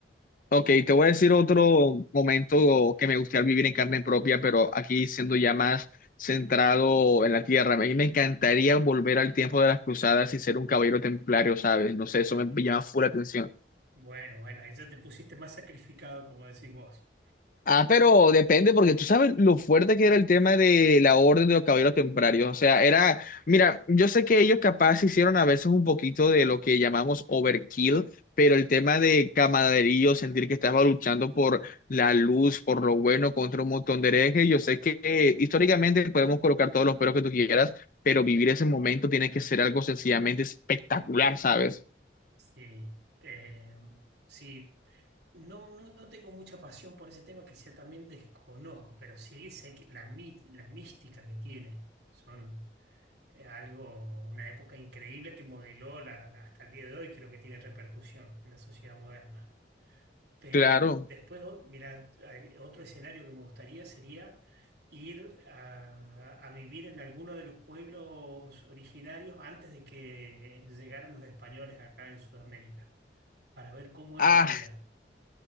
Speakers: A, on the left (about 45°); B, on the right (about 65°).
A: Ok, te voy a decir otro momento que me gustaría vivir en carne propia, pero aquí siendo ya más centrado en la tierra. A mí me encantaría volver al tiempo de las cruzadas y ser un caballero templario, ¿sabes? No sé,
B: Ah,
A: eso me llama full la atención.
B: bueno, bueno, ahí ya te pusiste más sacrificado, como decís vos.
A: Ah, pero depende,
B: Mm.
A: porque tú sabes lo fuerte que era el tema de la orden de los caballeros templarios. O sea, era, mira, yo sé que ellos capaz hicieron a veces un poquito de lo que llamamos overkill, pero el tema de camaradería, sentir que estaba luchando por la luz, por lo bueno, contra un montón de herejes, yo sé que eh, históricamente podemos colocar todos los peros que tú quieras, pero vivir ese momento tiene que ser algo sencillamente espectacular, ¿sabes?
B: Sí, eh, sí. No, no, no tengo mucha pasión por ese tema que sea también desconozco, pero sí sé que la, mí- la mística que tiene son eh, algo, una época increíble que modeló la- hasta el día de hoy, creo que tiene repercusión en la sociedad moderna. Pero
A: Claro.
B: después, o- mira, hay otro escenario que me gustaría sería ir a, a vivir en alguno de los pueblos originarios antes de que llegaran los españoles acá en Sudamérica, para ver cómo
A: Ah,
B: era la vida.